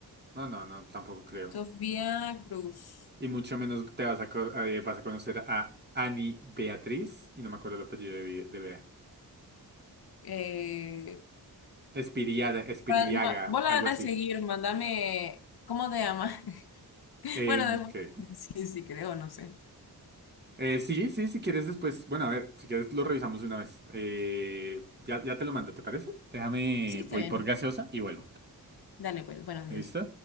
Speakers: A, on the right; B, on the left.
A: No, no, no, tampoco creo.
B: Sofía Cruz.
A: Y mucho menos te vas a, co- eh, vas a conocer a Ani Beatriz. Y no me acuerdo el apellido de, Bi- de Bea.
B: Eh,
A: Espiriada, Espiriaga,
B: pa- ma- vos la
A: algo
B: das
A: así.
B: a seguir, mándame. ¿Cómo te llamas? <laughs>
A: ¿En
B: Bueno, después.
A: qué?
B: Sí, sí, creo, no sé.
A: Eh, sí, sí, si quieres después, bueno, a ver, si quieres lo revisamos una vez. Eh, ya, ya te lo mando, ¿te parece? Déjame,
B: Sí, está
A: voy
B: bien.
A: por gaseosa y vuelvo.
B: Dale, pues, bueno, adiós.
A: ¿Listo?